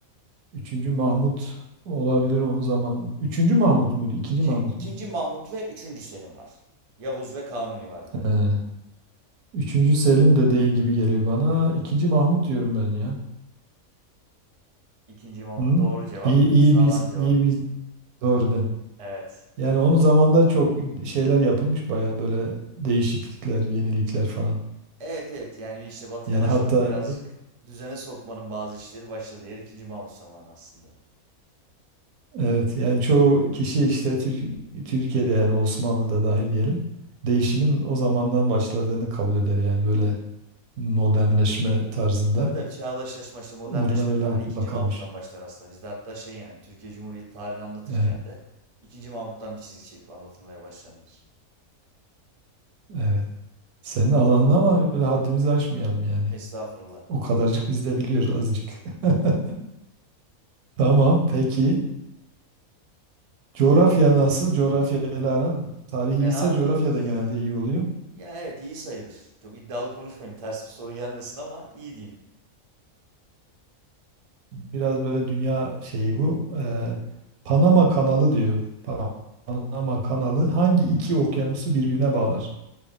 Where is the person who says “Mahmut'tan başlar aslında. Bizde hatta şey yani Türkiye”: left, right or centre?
Right